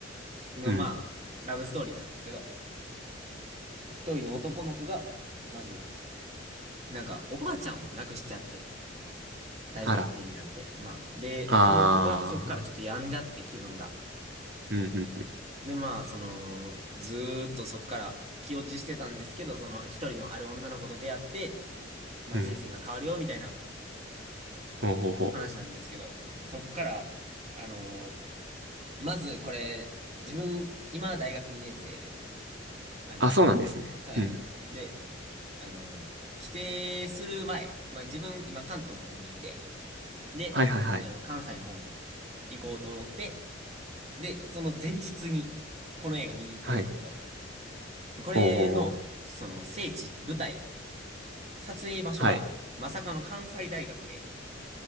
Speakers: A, on the right; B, on the right.
A: の、
B: ううん。
A: まあ、ラブストーリーなんですけど、一人の男の子が、まず、なんか、おばあちゃんを亡くしちゃって、大学生になって、
B: あら。
A: まあ、で、
B: あー。
A: その子がそっからちょっと病んじゃって気分が。
B: うん、うん、
A: で、まあ、その、ずーっとそっから気落ちしてたんですけど、その一人のある女の子と出会って、まあ人生が変わるよ、
B: うん。
A: みたいな
B: ほうほうほう。
A: 話なんですけど、そっから、あのーまずこれ、自分、今大学2年生で、あのーはい。
B: あ、そうなんですね。うん。
A: であの、帰省する前、まあ自分今関東の方にいて、で、
B: はいはいはい。
A: あの、関西の方に行こうと思って、で、その前日にこの映画見に行ったんですけど、
B: はい。
A: これの、
B: ほうほうほう。
A: その聖地、舞台、撮影場所が、
B: はい。
A: まさかの関西大学で、